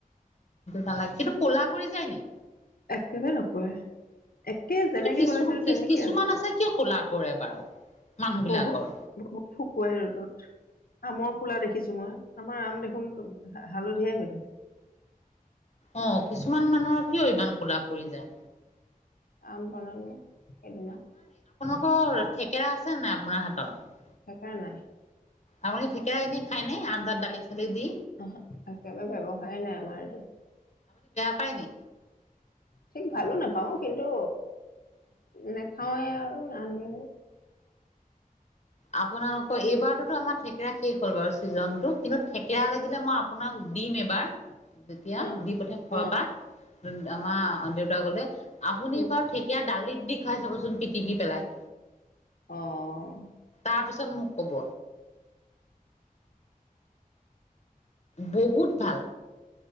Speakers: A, on the left; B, on the left.
A: নালাগে কিন্তু ক'লা পৰি যায় নি।
B: একেবাৰে নপৰে। একে যেনেকে
A: কিন্তু কিছু
B: বনাইছিলো তেনেকে
A: কিছুমান
B: আছে
A: কিয় ক'লা পৰে বাৰু। মানুহ বিলাকৰ
B: বহুত- বহুত শুকুৱাই ৰ'দত। আমৰ খোলা দেখিছো মই আমাৰ আম দেখোন হালধিয়াই হৈ থাকে
A: অ', কিছুমান মানুহৰ কিয় ইমান কোলা পৰি যায়।
B: আম বনালো সেইদিনা
A: অ', ৰা থেকেৰা আছে নাই আপোনাৰ হাতত?
B: থেকেৰা নাই।
A: আপুনি ঠেকেৰা এনে খাই নে আঞ্জাত, দালি চালি দি
B: আহ একেবাৰে ব্য্ৱুসায় নাই আমাৰ এইটো
A: হয় নি
B: ঠিক ভালো নাপাওঁ কিন্তু নাখাওৱে আৰু ৰান্ধিও
A: আপোনালোকৰ এইবাৰতো আমাৰ থেকেৰা শেষ হ'ল বাৰু ছিজনতটো কিন্তু থেকেৰা লাগিলে মই আপোনাক দিম এবাৰ যেতিয়া
B: অ
A: দি পঠিয়াম ঘৰৰ
B: অ
A: পা আমাৰ দেউতাক গ'লে আপুনি
B: উম
A: বাৰু ঠেকীয়া দালিত দি খাই চাবচোন পিটিকি পেলাই।
B: অ'।
A: তাৰ পিছত মোক ক'ব বহুত ভাল